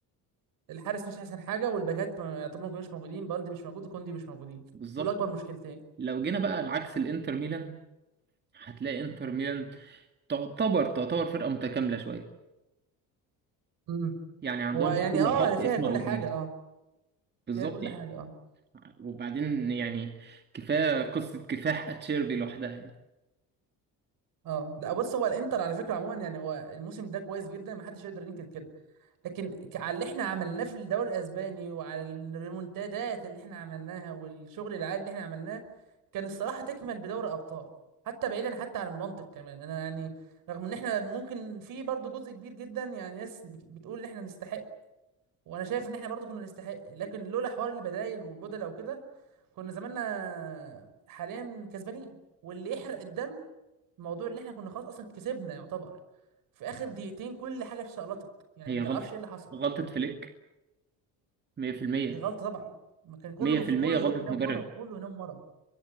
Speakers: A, on the right; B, on the right.
A: الحارس مش احسن حاجه والباكات ما- طبعا ما كانوش موجودين بالدي مش موجود وكوندي مش موجودين
B: بالظبط
A: دول اكبر مشكلتين
B: لو جينا بقى العكس الانتر ميلان هتلاقي انتر ميلان تعتبر تعتبر فرقه متكامله شويه
A: امم
B: يعني عندهم
A: هو يعني
B: في كل
A: اه
B: خط
A: فيها
B: اسم
A: كل
B: او
A: حاجه
B: اتنين
A: اه
B: بالظبط
A: فيها كل
B: يعني
A: حاجه اه
B: وبعدين يعني كفايه قصه كفاح اتشيربي لوحدها يعني
A: اه لا بص هو الانتر على فكره عموما يعني هو الموسم ده كويس جدا ما حدش يقدر ينكر كده لكن ك- على اللي احنا عملناه في الدوري الاسباني وعلى الريمونتادات اللي احنا عملناها والشغل العالي اللي احنا عملناه كان الصراحه تكمل بدوري ابطال حتى بعيدا حتى عن المنطق كمان انا يعني رغم ان احنا ممكن في برضه جزء كبير جدا يعني ناس بت- بتقول ان احنا نستحق وانا شايف ان احنا برضه كنا نستحق لكن لولا حوار البدايل والبدله وكده كنا زماننا حاليا كسبانين واللي يحرق الدم موضوع ان احنا كنا خلاص اصلا كسبنا يعتبر في اخر دقيقتين كل حاجه اتشقلطت يعني
B: هي
A: ما
B: غلطه
A: تعرفش ايه اللي حصل
B: غلطه فليك 100%
A: دي غلطة طبعا ما كان كله
B: مية
A: مف...
B: في المية
A: كله
B: غلطة
A: يروح ينام
B: مدرب
A: مرة كله ينام مرة